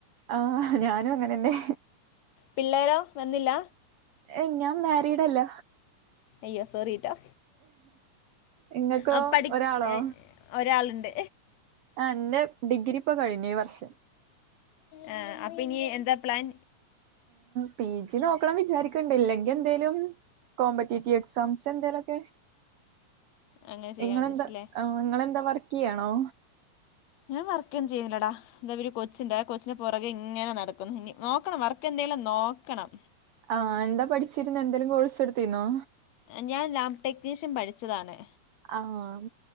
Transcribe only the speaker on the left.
പിള്ളേരോ വന്നില്ല
അയ്യോ സോറി കേട്ടോ
ആ, പഠി
ഏ, ഒരാളുണ്ട്
ആ അപ്പൊ ഇനി എന്താ പ്ലാൻ
അങ്ങനെ ചെയ്യാമെന്ന്
വെച്ചില്ലേ
ഞാൻ വർക്കൊന്നും ചെയ്യുന്നില്ലേടാ എന്താ ഒരു കൊച്ചുണ്ട് കൊച്ചിന് പുറകെ ഇങ്ങനെ നടക്കുന്നു ഇനി നോക്കണം വർക്ക് എന്തെങ്കിലും നോക്കണം
ഞാൻ ലാമ്പ് ടെക്നീഷ്യൻ പഠിച്ചതാണ്